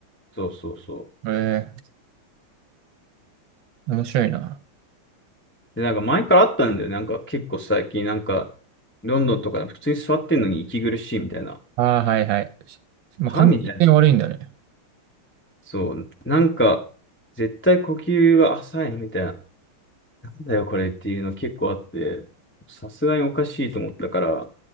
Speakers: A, on the left; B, on the right.
A: そうそうそう。
B: ええ、面白いな。
A: で、なんか前からあったんだよね。なんか結構最近、なんか、ロンドンとかで普通に座ってんのに息苦しいみたいな。
B: ああ、はいはい。もう換気性悪いんだね。
A: はみたいな。そう。なんか、絶対呼吸が浅いのみたいな。なんだよ、これっていうの結構あって、さすがにおかしいと思ったから、